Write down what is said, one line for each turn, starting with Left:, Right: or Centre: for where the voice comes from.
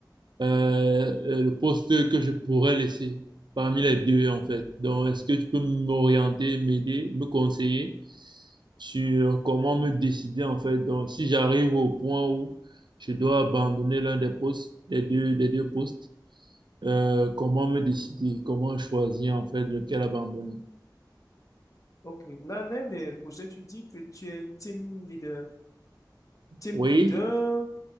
Right: euh, euh, le poste que je pourrais laisser parmi les deux, en fait. Donc, est-ce que tu peux m'orienter, m'aider, me conseiller sur comment me décider, en fait. Donc, si j'arrive au point où je dois abandonner l'un des postes, des deux, des deux postes, euh, comment me décider, comment choisir, en fait, lequel abandonner.
Left: Ok, là, l'un des projets, tu dis que tu es team leader. Team
Right: Oui,
Left: leader,